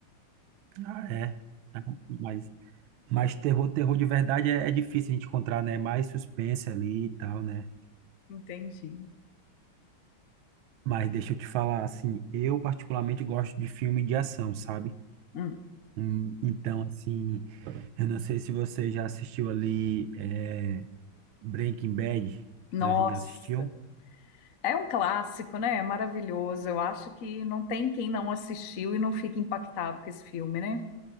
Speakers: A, on the right; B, on the left.
A: Ah, é. Ah, Mas Mas terror, terror de verdade é, é difícil a gente encontrar, né? É Mais suspense ali e tal, né?
B: Entendi.
A: Mas deixa eu te falar, assim, eu particularmente gosto de filme de ação, sabe?
B: Hum.
A: Hum, Então, assim, eu não sei se você já assistiu ali é, Breaking Bad.
B: Nossa.
A: Já, já assistiu?
B: É um clássico, né? É maravilhoso. Eu acho que não tem quem não assistiu e não fique impactado com esse filme, né?